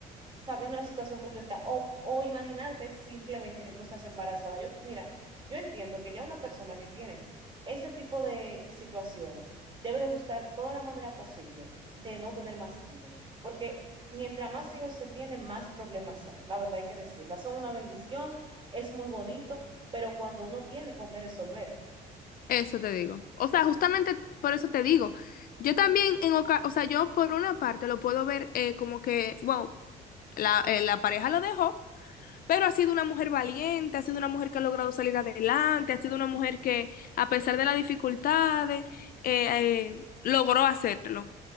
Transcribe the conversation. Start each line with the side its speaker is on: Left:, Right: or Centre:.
Right: sabiendo la situación que tú estás, o, o imaginarte simplemente que tú estás embarazada. Yo, mira, yo entiendo que ya una persona que tiene ese tipo de situaciones debe de buscar toda la manera posible de no tener más hijos, porque mientras más hijos se tienen, más problemas son. La verdad hay que decirla, son una bendición, es muy bonito, pero cuando uno tiene con qué resolver.
Left: Eso te digo. O sea, justamente por eso te digo. Yo también en oca- o sea, yo por una parte lo puedo ver eh, como que, wow, la, eh, la pareja lo dejó. Pero ha sido una mujer valiente, ha sido una mujer que ha logrado salir adelante, ha sido una mujer que, a pesar de las dificultades, eh, eh, logró hacerlo.